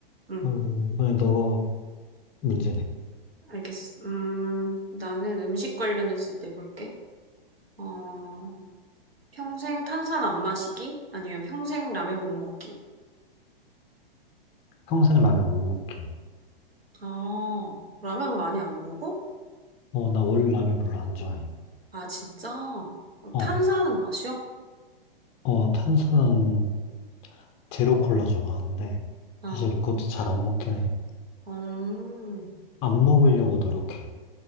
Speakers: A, on the right; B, on the left.
A: 응,
B: 그럼 왜 너가 문제네.
A: 알겠어. 음, 나는 음식 관련해서 내볼게. 어, 평생 탄산 안 마시기? 아니면 평생 라면 못 먹기?
B: 평생 라면 못 먹기.
A: 아, 라면 많이 안 먹어?
B: 어, 나 원래 라면 별로 안 좋아해.
A: 아, 진짜? 어,
B: 어,
A: 탄산은 마셔?
B: 어, 탄산은 제로 콜라 좋아하는데,
A: 어,
B: 사실 그것도 잘 안 먹긴 해.
A: 음.
B: 안 먹으려고 노력해.